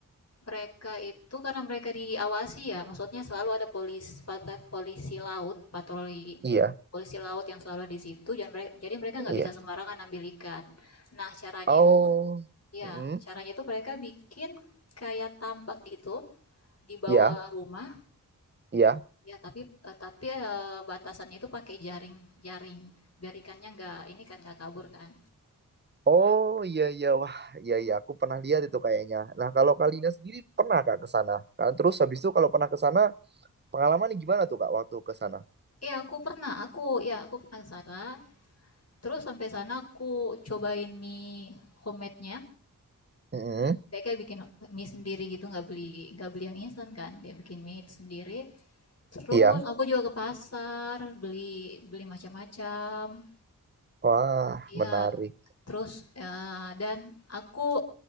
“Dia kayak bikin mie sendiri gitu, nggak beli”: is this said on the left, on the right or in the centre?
Left